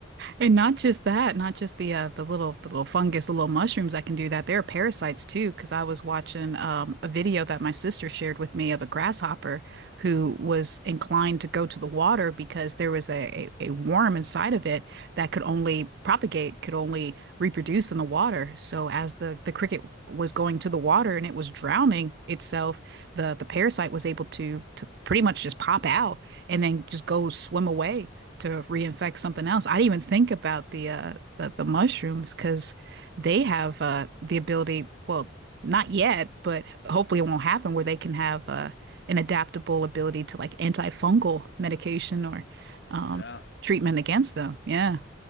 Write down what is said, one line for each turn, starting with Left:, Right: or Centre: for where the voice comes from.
Right: And not just that, not just the uh, the little the little fungus, the little mushrooms that can do that. There are parasites too, because I was watching um, a video that my sister shared with me of a grasshopper who was inclined to go to the water because there was a, a, a worm inside of it that could only propagate, could only reproduce in the water. So as the the cricket was going to the water and it was drowning itself, the the parasite was able to to pretty much just pop out and then just go swim away to
Left: <laughs>
Right: reinfect
Left: that,
Right: something else. I didn't even think about the uh the, the mushrooms because they have uh the ability, well, not yet, but hopefully it won't happen where they can have uh an adaptable ability to like antifungal medication or um
Left: yeah.
Right: treatment against them. Yeah.